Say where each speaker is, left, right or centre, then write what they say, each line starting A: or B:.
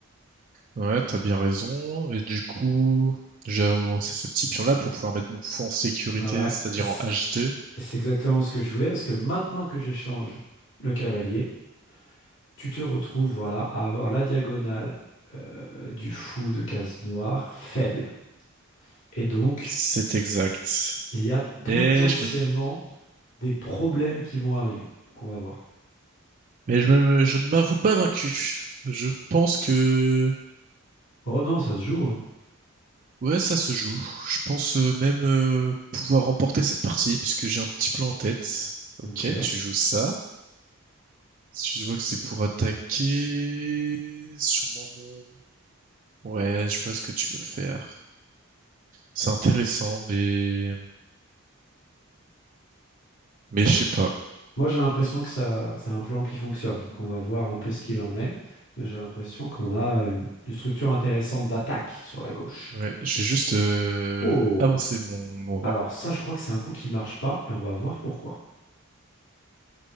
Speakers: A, on the right; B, on the left.
A: Ouais, t'as bien raison. Mais du coup, j'ai avancé ce petit pion-là pour pouvoir mettre mon fou en sécurité,
B: Voilà,
A: c'est-à-dire
B: et c-
A: en H2.
B: et c'est exactement ce que je voulais, parce que maintenant que j'échange le cavalier, tu te retrouves voilà, à avoir la diagonale euh, du fou de case noire faible. Et donc,
A: C'est exact.
B: il y a potentiellement
A: Mais je me,
B: des problèmes qui vont arriver. Donc, on va voir.
A: mais je me, je ne m'avoue pas vaincu. Je pense que
B: Oh non, ça se joue, hein.
A: Ouais, ça se joue. Je pense euh, même euh, pouvoir remporter cette partie, puisque j'ai un petit plan en tête.
B: Ok.
A: Ok, tu joues ça. Si je vois que c'est pour attaquer, sûrement mon... Ouais, je vois ce que tu veux faire. C'est intéressant, mais... Mais je sais pas.
B: Moi, j'ai l'impression que ça, c'est un plan qui fonctionne, qu'on va voir un peu ce qu'il en est, mais j'ai l'impression qu'on a une, une structure intéressante d'attaque sur la gauche.
A: Ouais, j'ai juste euh,
B: Oh!
A: avancé mon, mon roi.
B: Alors ça, je crois que c'est un coup qui marche pas, et on va voir pourquoi.